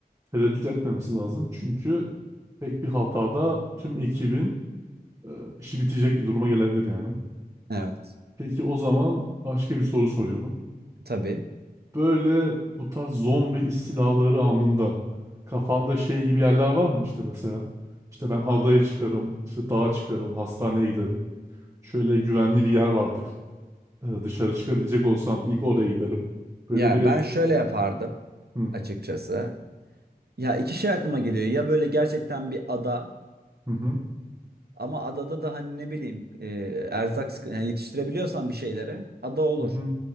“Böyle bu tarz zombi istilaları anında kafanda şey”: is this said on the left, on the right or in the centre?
Right